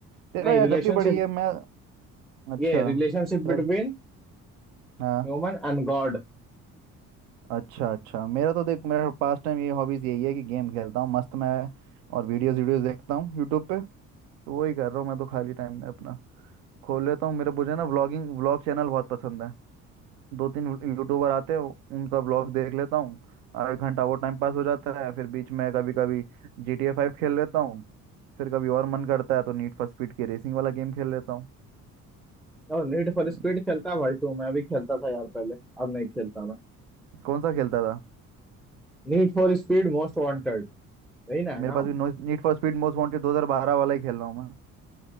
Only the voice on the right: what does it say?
तेरा
यार
जब भी बड़ी है मैं अच्छा
चल
हाँ
अच्छा अच्छा मेरा तो देख मेरा पास टाइम ये हॉबीज यही है कि गेम खेलता हूँ मस्त मैं और वीडियोस वीडियोस देखता हूँ यूट्यूब पे तो वही कर रहा हूँ मैं तो खाली टाइम में अपना खोल लेता हूँ मेरे मुझे ना व्लॉगिंग व्लॉग चैनल बहुत पसंद है दो तीन यूट्यूबर आते हैं उनका व्लॉग देख लेता हूँ आधा घंटा वो टाइम पास हो जाता है फिर बीच में कभी कभी जी टी ए फाइव खेल लेता हूँ फिर कभी और मन करता है तो नीड फॉर स्पीड की रेसिंग वाला गेम खेल लेता हूँ
हम्म,
कौन सा खेलता था
मेरे पास भी Need for Speed Most Wanted 2012 वाला ही खेल रहा हूँ मैं